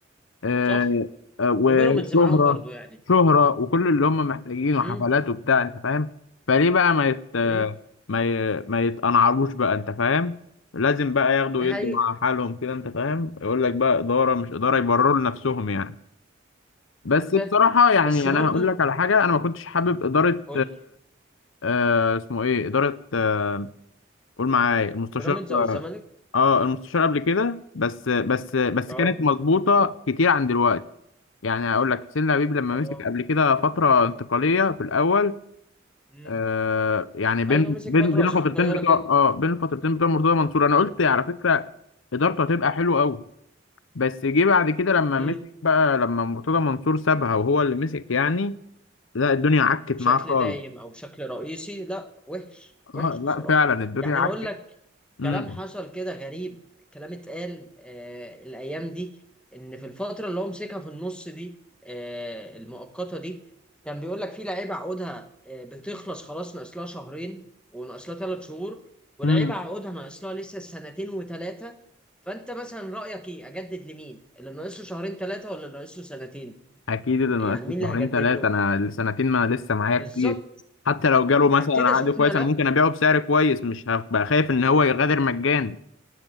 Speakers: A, on the left (about 75°); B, in the centre.
A: آه،
B: صح
A: آه، وشهرة
B: وبيراميدز معاهم برضه يعني
A: شهرة وكل اللي هم محتاجينه
B: امم
A: حفلات وبتاع انت فاهم فليه بقى ما يت
B: امم
A: ما ي... ما يتقنعروش بقى انت فاهم لازم بقى ياخدوا
B: ده
A: ويدوا
B: حقيقة
A: مع حالهم كده انت فاهم يقول لك بقى إدارة مش إدارة يبرروا لنفسهم يعني بس
B: أنا فاهم
A: بصراحة يعني
B: بس برضه
A: أنا هقول لك على حاجة أنا ما كنتش حابب إدارة
B: قول لي،
A: آه اسمه إيه إدارة آه، قول معايا المستشار
B: بيراميدز أو الزمالك
A: آه المستشار قبل كده بس بس بس
B: أه
A: كانت مظبوطة كتير عن دلوقتي يعني اقول لك حسين لبيب لما
B: أه
A: مسك قبل كده فتره انتقاليه في الاول
B: مم.
A: آه يعني بين
B: ايوه مسك
A: بين
B: فتره
A: بين
B: قصيره
A: الفترتين بتوع
B: كده
A: اه بين الفترتين بتوع مرتضى منصور انا قلت على فكره ادارته هتبقى حلوه قوي بس جه بعد كده لما
B: امم
A: مسك بقى لما مرتضى منصور سابها وهو اللي مسك يعني لا الدنيا عكت
B: بشكل
A: معاه خالص
B: دايم او بشكل رئيسي لا وحش وحش
A: آه
B: بصراحه
A: لا فعلا الدنيا
B: يعني
A: عكت
B: هقول لك
A: امم
B: كلام حصل كده غريب كلام اتقال آه الايام دي ان في الفتره اللي هو مسكها في النص دي آه المؤقته دي كان بيقول لك في لعيبه عقودها آه بتخلص خلاص ناقص لها شهرين وناقص لها ثلاث شهور ولعيبه
A: امم
B: عقودها ناقص لها لسه سنتين وثلاثه فانت مثلا رايك ايه اجدد لمين اللي ناقص له شهرين ثلاثه ولا اللي ناقص له سنتين
A: اكيد اللي ناقص
B: يعني مين
A: لي
B: اللي
A: شهرين
B: هجدد
A: ثلاثه
B: له
A: انا السنتين ما لسه معايا كتير
B: بالظبط
A: حتى لو جاله مثلا
B: هبتدي
A: عقد
B: اشوف
A: كويس
B: ملف
A: انا ممكن ابيعه بسعر كويس مش هبقى خايف ان هو يغادر مجاني